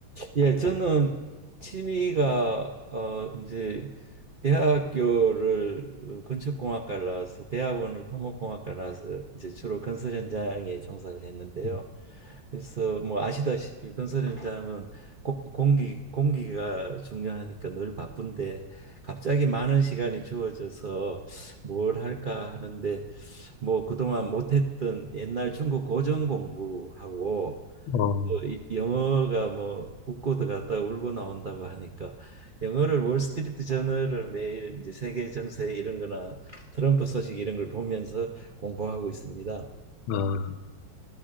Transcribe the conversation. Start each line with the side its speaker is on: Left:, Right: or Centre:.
Right: 예, 저는 취미가 어 이제 대학교를 어, 건축공학과를 나와서 대학원을 토목공학과를 나와서 이제 주로 건설 현장에 종사를 했는데요.
Left: 음,
Right: 그래서 뭐 아시다시피 건설 현장은 고, 공기 공기가 중요하니까 늘 바쁜데 갑자기 많은 시간이 주어져서 뭘 할까 하는데 뭐 그동안 못했던 옛날 중국 고전 공부하고
Left: 어,
Right: 이- 영어가 뭐 웃고 들어갔다가 울고 나온다고 하니까 영어를 월스트리트 저널을 매일 이제 세계 정세 이런 거나 트럼프 소식 이런 걸 보면서 공부하고 있습니다.
Left: 아,